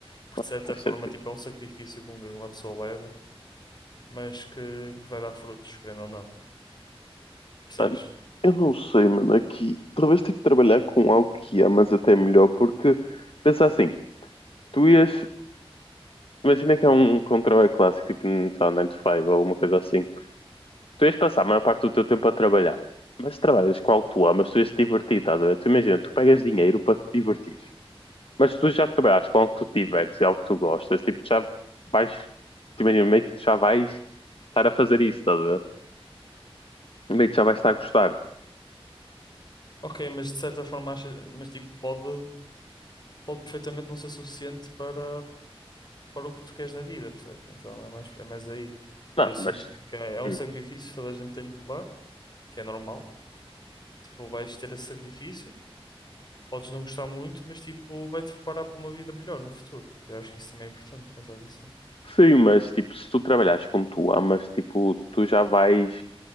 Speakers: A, on the left (about 45°); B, on the left (about 65°).
A: Porque
B: Mano,
A: de certa
B: Faz
A: forma,
B: sentido.
A: tipo, é um sacrifício que uma pessoa leva, mas que, que vai dar frutos, querendo ou não. Percebes?
B: Mano, eu não sei, mano. Aqui, talvez tive que trabalhar com algo que amas até melhor, porque pensa assim, tu ias Imagina que é um que um trabalho clássico, tipo, sei lá, 9 to 5 ou uma coisa assim. Tu ias passar a maior parte do teu tempo a trabalhar, mas trabalhas com algo que tu amas, tu ias te divertir, estás a ver? Tu imagina, tu pegas dinheiro para te divertir, mas se tu já trabalhas com algo que tu te divertes e algo que tu gostas, tipo, tu já vais, tu imagina, meio que tu já vais estar a fazer isso, estás a ver? Meio que já vais estar a gostar.
A: Ok, mas de certa forma, acha, mas tipo, pode, pode perfeitamente não ser suficiente para, para o que tu queres na vida, percebes? Então é mais, é mais aí.
B: Não,
A: E eu sinto
B: mas,
A: que é é um
B: hum,
A: sacrifício que toda a gente tem de levar. que é normal. Tipo, vais ter esse sacrifício, podes não gostar muito, mas tipo, vai-te preparar para uma vida melhor no futuro. Eu acho que isso também é importante, pensar assim.
B: sim, mas, tipo, se tu trabalhares com o que tu amas, tipo, tu já vais,